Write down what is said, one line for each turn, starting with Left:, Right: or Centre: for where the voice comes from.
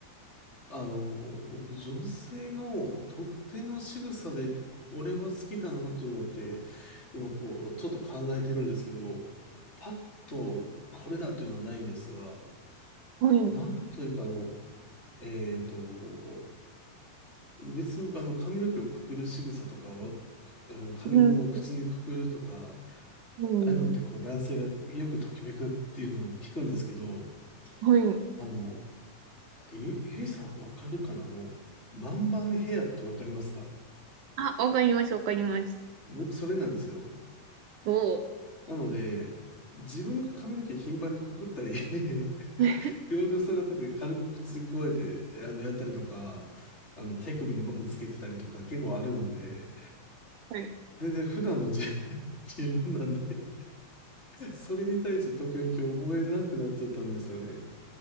Left: <laughs> あの、僕、女性の特定の仕草で、これは好きだなっていうのって、今こう、ちょっと考えてるんですけど、パッとこれだっていうのはないんですが、
Right: はい。
Left: なんというかあの、えーと、別に僕あの髪の毛をくくる仕草とかは、くあの髪ゴムを口にくくるとか、
Right: うん。うん。
Left: ああいうのってこう男性がよくときめくっていうのを聞くんですけど、
Right: はい。
Left: あの、ゆ、ゆいさんわかるかなあの、万番ヘアってわかりますか
Right: あ、わかります、わかります。
Left: 僕それなんですよ。
Right: お
Left: なので、自分が髪の毛頻繁にくくったり <laughs>
Right: ー。<laughs>
Left: 両手を下がってて軽く口でくわえてあのやったりとか、あの手首にゴムつけてたりとか結構あるので、
Right: はい。
Left: 全然普段の自 <laughs> 自分なんでそれに対してときめきを覚えなくなっちゃったんですよね。